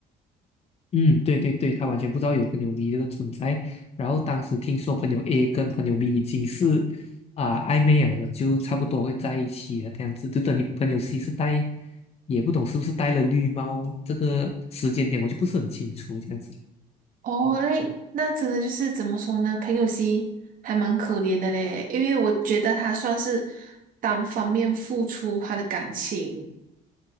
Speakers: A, on the left; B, on the right.
A: 嗯，对对对，他完全不知道有朋友 B 这个存在。然后当时听说朋友 A 跟朋友 B 已经是啊、暧昧了的，就差不多会在一起了这样子。就等你朋友 C 是带也不懂是不是带了绿帽，这个时间点我就不是很清楚这样子。
B: 哦，那那真的就是怎么说呢？朋友 C 还蛮可怜的嘞，因为我觉得他算是单方面付出他的感情，